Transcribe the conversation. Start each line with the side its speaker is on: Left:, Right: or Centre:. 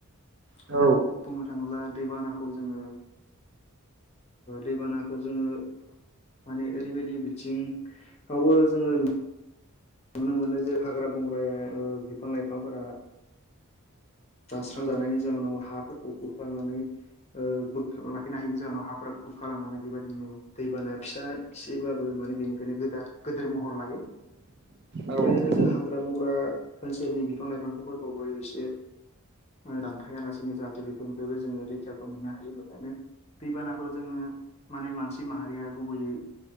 Right: औ
Left: हादाननि बुंनो थाङोब्ला दैबानाखौ जोङो दैबानाखौ जोङो माने ओरैबायदि बिथिंयाबो जोंङो नुनो मोनो जे हाग्रा बंग्राया बिफां लाइफांफोरा दानस्रां
Right: औ
Left: जानायनि जाउोनाव हाफोरखौ खुरखानानै बोगथाबना लाखिनो हायिनि जाहोनाव हाफोरा खुरखा लांनानै बेबायदिनो दैबाना फिसा एसेबाबो मोनो बेनिफ्रायनो गोदा गेदेर महर लायो
Right: औ
Left: बेबायदिनो जों हाग्रा बंग्रा ओनसोलनि बिफां लाइफांखौफोरखौबो एसे दानफायालासिनो जाहाथे बेफोरनिफ्रायबो जोङो रैखाखौ मोननो हायो बेखायनो दैबानाखौ जोङो माने मानसि माहारिया गुबैयै